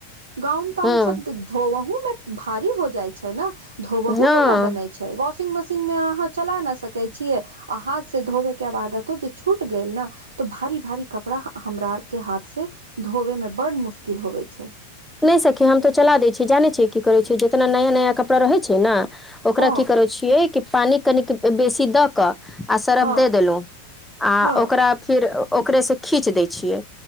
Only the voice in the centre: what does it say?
हँ
हँ
नै सखी हम तऽ चला दै छीयै जानै छियै की करै छियै जितना नया नया कपड़ा रहै छैय ना ओकरा
की करै छियै कि पानी कनिक बेसी दऽ कऽ आ सरफ
दे देलौं आ
ओकरा फेर ओकरेसँ खीच दैय छियै